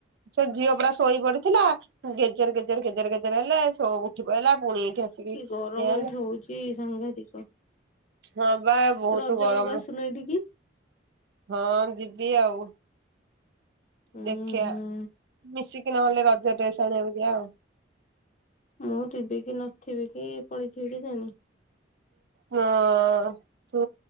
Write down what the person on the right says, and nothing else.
ସେ ଝିଅ ପୁରା ଶୋଇ ପଡିଥିଲା ଗେଜେର ଗେଜେର ଗେଜେର ଗେଜେର ହେଲେ ଏଠି ପହା ପୁଣି ଏଇଠି ଆସିକି
ହେଲେ
ହଁ ପା ବହୁତ
ଗରମ
ହଁ ଯିବି ଆଉ।
ଦେଖିବା
ମିଶିକି ନହେଲେ ରଜ ଡ୍ରେସ୍ଆଣିବାକୁ ଦିଆ ଆଉ
ହଁ ତୁ